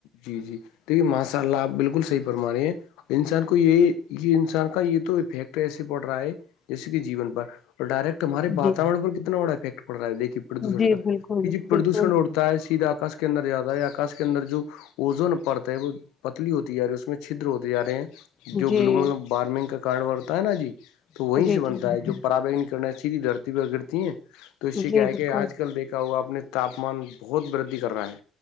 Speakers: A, on the left (about 70°); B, on the left (about 45°).
A: جی جی دیکھیے ماشاء اللہ آپ بالکل صحیح فرمان رہے ہیں انسان کو یہ یہ انسان سان کا یہ تو فیکٹری ایسے پڑ رہا ہے جیسے کہ جیون پر اور ڈائریکٹ ہمارے واتاورن
B: جی
A: پر کتنا بڑا افیکٹ پڑ رہا ہے دیکھیے پردوشن
B: جی
A: کا
B: بالکل
A: ج
B: بالکل
A: پردوشن اڑتا ہے سیدھا آکاش کا کے اندر جیادا ہے آکاش کے اندر جو اوزون پڑتا ہے وہ پتلی ہوتی جا رہی اس میں چدر ہوتے ج رہے ہیں
B: جی
A: جو گلوبل وارمنگ کا کارن بڑھتا ہے نا جی تو
B: جی
A: وہیں سے
B: جی
A: بنتا
B: بالکل،
A: ہے جو پراابگن کرنا سیدھی دھررتی پہ گرتی ہیں تو اس سے
B: جی
A: کیا ہے
B: بالکل
A: کہ آج کل دیکھا ہوا اپنے تاپمان بہت ودھی کر رہا ہے